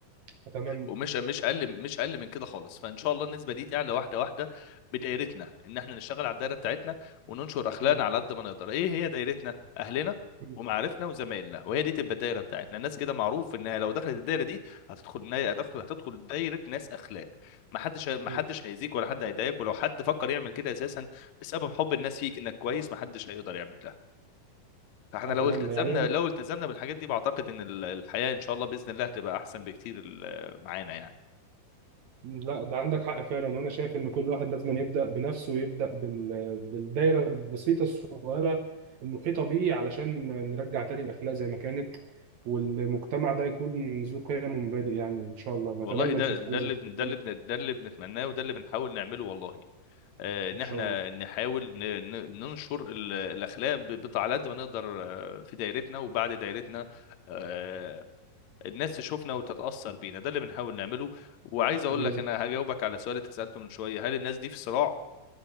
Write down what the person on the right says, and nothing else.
اتمنى
مم.
مم.
مم.
اتمنى
يعني
لا ده عندك حق فعلا وانا شايف ان كل واحد لازم يبدا بنفسه ويبدا بال- بالدايره البسيطه الصغيره المحيطه بيه علشان نرجع تاني الاخلاق زي ما كانت والمجتمع ده يكون ذو قيم ومبادئ يعني ان شاء الله
نتمنى
نشوف
حاجه زي
كده
ان شاء
الله
باذن